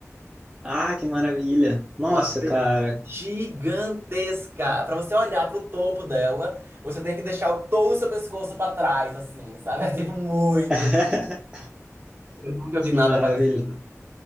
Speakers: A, on the right; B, on the right.
A: Ah, que maravilha. Nossa,
B: Uma ave
A: cara.
B: gigantesca. Pra você olhar pro topo dela, você tem que deixar o- todo o seu pescoço pra trás, assim, sabe? <laughs> É tipo muito.
A: <laughs>
B: Eu nunca vi
A: Que
B: nada
A: maravilha.
B: parecido.